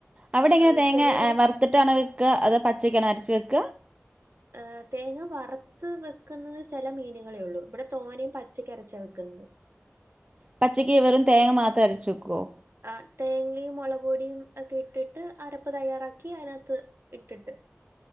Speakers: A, on the right; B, on the right.
A: അവിടെ എങ്ങനെ
B: ആ
A: തേങ്ങ
B: ചിലവര്
A: വറുത്തിട്ടാണോ വെക്ക അതൊ പച്ച അരച്ചു വെക്ക.
B: ഏ തേങ്ങ വറത്ത് വെക്കുന്നത് ചില മീനുകളേ ഉള്ളൂ ഇവിടെ തോനിം പച്ചക്കരച്ചാ വെക്ന്നത്.
A: പച്ചയ്ക്ക് വെറും തേങ്ങ മാത്രം അരച് വെക്കോ?
B: ആ തേങ്ങയും മുളക്പൊടിയും ഒക്കെ ഇട്ടിട്ട് അരപ്പ് തയ്യാറാക്കി അതിനകത്ത് ഇട്ടിട്ട്